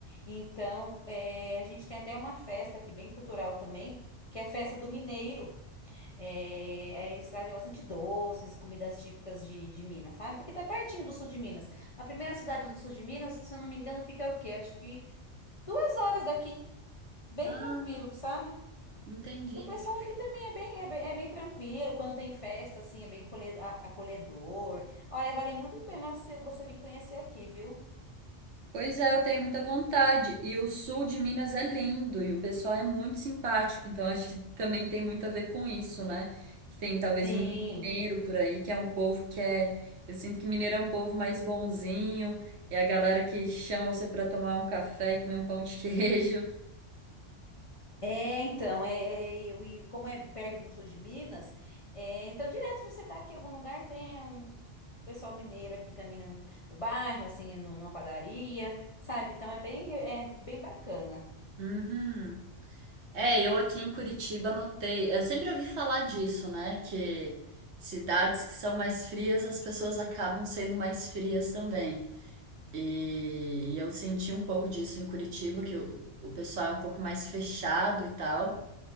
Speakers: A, on the left; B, on the right.
A: Então, é, a gente tem até uma festa aqui, bem cultural também, que é a festa do Mineiro. É, aí eles trazem bastante doces, comidas típicas de, de Minas, sabe? Porque tá pertinho do sul de Minas. A primeira cidade do sul de Minas, se eu não me engano, fica o quê? Acho que duas horas daqui. Bem
B: Ah,
A: tranquilo, sabe?
B: entendi.
A: E o pessoal aqui também é bem, é bem, é bem tranquilo, quando tem festa, assim, é bem colhe- a- acolhedor. Olha, vale muito a pena você, você vir conhecer aqui, viu?
B: Pois é, eu tenho muita vontade. E o sul de Minas é lindo e o pessoal é muito simpático, então acho que também tem muito a ver com isso, né? Que tem talvez
A: Sim.
B: muito mineiro por aí, que é um povo que é. Eu sinto que mineiro é um povo mais bonzinho, é a galera que chama você para tomar um café e comer um pão de queijo.
A: É, então, é, é, e e como é perto do sul de Minas, é, então direto se você tá aqui em algum lugar, tem um pessoal mineiro aqui também no, no bairro, assim, no- numa padaria, sabe? Então é bem, é bem bacana.
B: <laughs> Uhum. É, eu aqui em Curitiba notei. Eu sempre ouvi falar disso, né? Que cidades que são mais frias, as pessoas acabam sendo mais frias também. E, e eu senti um pouco disso em Curitiba, que o, o pessoal é um pouco mais fechado e tal.